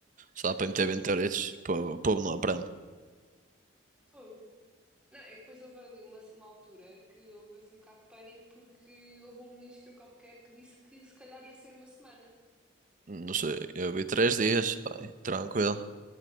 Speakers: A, on the right; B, in the centre.
A: Só para meter
B: Hum,
A: 20
B: não.
A: euritos. pô- O povo não aprende.
B: Fogo. Não, é que depois houve ali uma, uma altura que houve assim um bocado de pânico porque houve um ministro qualquer que disse que se calhar ia ser uma semana.
A: Não sei, eu vi três dias, pá, tranquilo.